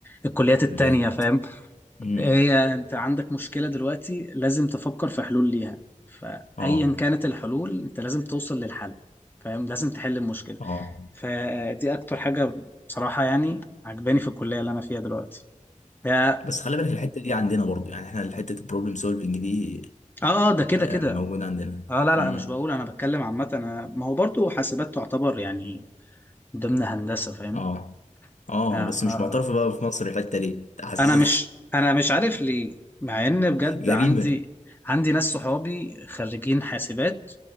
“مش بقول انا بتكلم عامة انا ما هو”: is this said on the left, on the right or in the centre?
Left